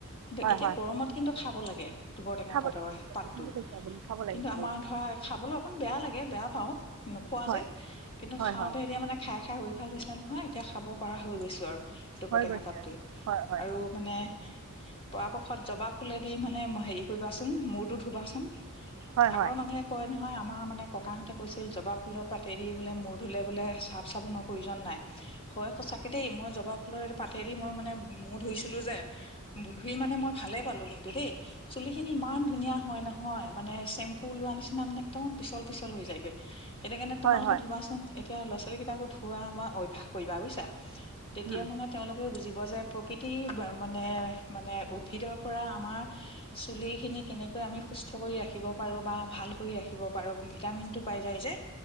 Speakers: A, on the left (about 25°); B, on the right (about 75°).
A: কিন্তু
B: হয়
A: এতিয়া
B: হয়
A: গৰমত কিন্তু খাব লাগে দুবৰ টেঙা
B: খাব
A: পাতৰ
B: গৈছে
A: পাতটো
B: আপুনি খাব লাগে
A: কিন্তু
B: খাব
A: আমাৰ
B: লাগে
A: ধৰা খাবলৈ অকণ বেয়া লাগে বেয়া পাও নোখোৱা
B: হয়
A: যে কিন্তু
B: হয়
A: খাওঁতে
B: হয়
A: এতিয়া মানে খাই খাই হৈ অভ্যাস হৈছো নহয় এতিয়া খাব পৰা হৈ গৈছো আৰু দুপৰটেঙা
B: হৈ গৈছে
A: পাতটো
B: আৰু। হয় হয়
A: আৰু মানে পৰাপক্ষত জবা ফুলেদি মানে হেৰি কৰিবাচোন মূৰটো ধুবাচোন
B: হয়
A: আগৰ
B: হয়
A: মানুহে কয় ন নহয় আমাৰ মানে ককাহঁতে কৈছিল জবা ফুলৰ পাতেদি বোলে মূৰ ধুলে বোলে চাফ চাবোনৰ প্ৰয়োজন নাই হয় সচাকে দেই মই জবা পাতেদি মই মানে মূৰ ধুইছিলো যে বুধেই মানে মই ভালে পালো কিন্তু দেই চুলি খিনি ইমান ধুনীয়া হয় নহয় মানে চেম্পু লোৱা নিচিনা মানে একদম পিচল পিচল হৈ যায়গৈ সেইটো কাৰণে তোমালোকে
B: হয় হয়
A: ধুবাচোন এতিয়া ল'ৰা ছোৱালী কেইটাকো ধোৱা আমাৰ অভ্যাস কৰিবা বুজিছা তেতিয়া
B: উম,
A: মানে তেওঁলোকেও বুজি যে প্ৰকৃতিৰ মানে মানে উদ্ভিদৰ পৰা আমাৰ চুলিখিনি কেনেকৈ আমি সুস্থ কৰি ৰাখিব পাৰোঁ বা ভাল কৰি ৰাখিব পাৰোঁ ভিটামিনটো পাই যায় যে